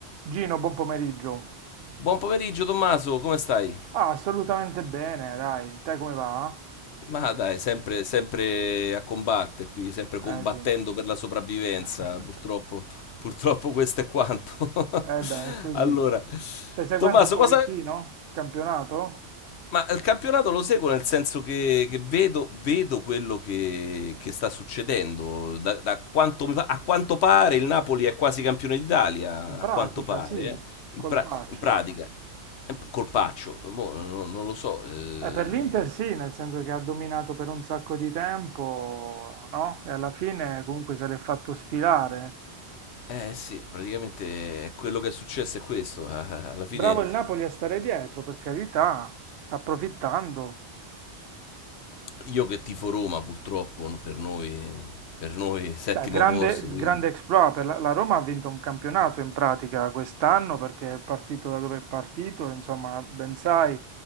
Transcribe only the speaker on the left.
Buon pomeriggio Tommaso, come stai?
Ma dai, sempre, sempre a combattere qui, sempre combattendo
per la sopravvivenza,
purtroppo, purtroppo questo è quanto.
<laughs>
Allora,
Tommaso,
cosa...
Ma il campionato lo seguo nel senso che, che vedo, vedo quello che, che sta succedendo. Da, da quanto mi pa- a quanto pare il Napoli è quasi campione d'Italia,
a quanto pare,
eh. In,
pra- in pratica. Eh, Colpaccio, mo, non, non lo so. eh,
Eh sì, praticamente è quello che è successo è questo. <laughs> Alla fine
io che tifo Roma, purtroppo, per noi, per noi settimo
posto, quindi